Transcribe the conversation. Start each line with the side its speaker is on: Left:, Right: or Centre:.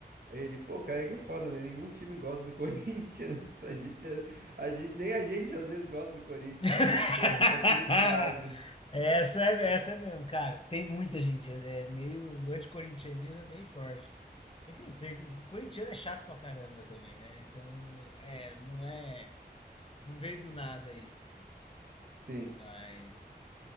Right: Aí ele, pô, cara, é que é foda, né? Nenhum time gosta do <laughs> Corinthians. A gente, é- a gente, nem a gente às vezes gosta do Corinthians,
Left: <laughs>
Right: cara. Tá, tá complicado.
Left: Essa é essa é mesmo, cara. Tem muita gente. É é meio. O anticorintianismo é bem forte. É que não sei, o corintiano é chato pra caramba também, né? Então, é, não é, não veio do nada isso, assim.
Right: Sim.
Left: Mas,